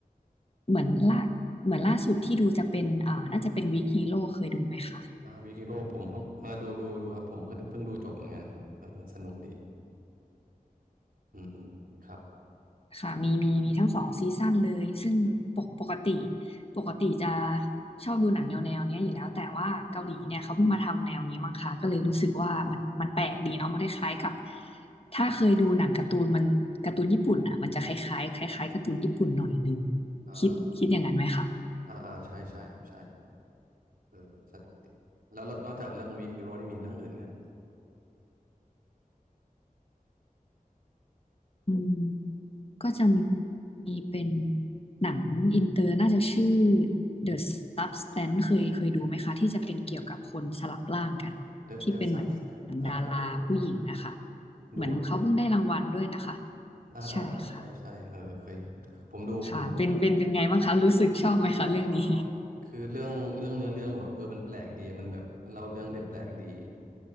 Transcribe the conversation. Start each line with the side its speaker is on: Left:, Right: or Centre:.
Left: เหมือนล่าเหมือนล่าสุดที่ดูจะเป็นอ่าน่าจะเป็นวิกฮีโร่เคยดูไหมคะ
Right: ๆอ่าวิกิโร่ผมเพิ่งอ่าดูดูดูครับผมก็เพิ่งดูจบเหมือนกันเออสนุกดีอืมอืมครับ
Left: ค่ะมีมีมีทั้งสองซีซั่นเลยซึ่งปกปกติปกติจะชอบดูหนังแนวแนวเนี้ยอยู่แล้วแต่ว่าเกาหลีเนี่ยเขาเพิ่งมาทำแนวนี้มั้งคะก็เลยรู้สึกว่ามันมันแปลกดีเนาะมันคล้ายๆกับถ้าเคยดูหนังการ์ตูนมันการ์ตูนญี่ปุ่นอ่ะมันจะคล้ายๆคล้ายๆการ์ตูนญี่ปุ่นหน่อยนึง
Right: อ่า
Left: คิดคิดอย่างนั้นไหมคะ
Right: อ่าอ่าใช่ใช่ครับใช่เออสนุกดีแล้วแล้วนอกจากเรื่องวีฮีโร่นี่มีเรื่องอื่นไหมครับ
Left: อืม ก็จะมีเป็นหนังอินเตอร์น่าจะชื่อ The Substance เคยเคยดูไหมคะที่จะเป็นเกี่ยวกับคนสลับร่างกันที่เป็นเหมือนดาราผู้หญิงนะคะ
Right: The The Substance อ่าเคยดูดูดู
Left: เหมือนเขาเพิ่งได้รางวัลด้วยนะคะ
Right: ดูดูครับอ่าอ่าอ่าใช่ใช่เออเคย
Left: ใช่ค่ะ
Right: ผมดูผมดูแต่
Left: ค่ะเป็นเป็นเป็นไงบ้างคะรู้สึกชอบไหมคะเรื่องนี้
Right: เอ่อคือเรื่องเรื่องเนื้อเรื่องบอกแบบเออมันแปลกดี มันแบบเล่าเรื่องได้แปลกดี